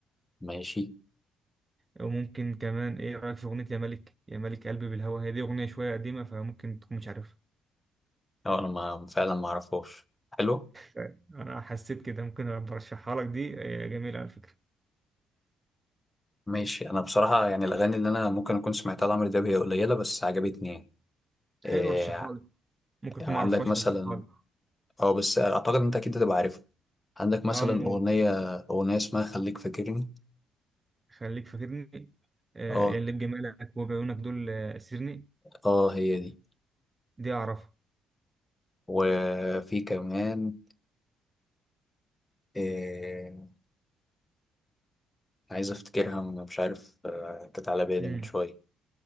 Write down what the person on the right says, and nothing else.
وممكن كمان إيه رأيك في أغنية يا ملك يا ملك قلبي بالهوى هي دي أغنية شوية قديمة فممكن تكون مش عارفها
طيب انا حسيت كده ممكن برشحها لك دي آه، جميله على فكره
حلو رشحها لي ممكن
اكون
ما اعرفهاش
رشحها لي
اه مول
خليك فاكرني آه
يا اللي بجمالك وبعيونك دول آه، اسرني
دي اعرفها
امم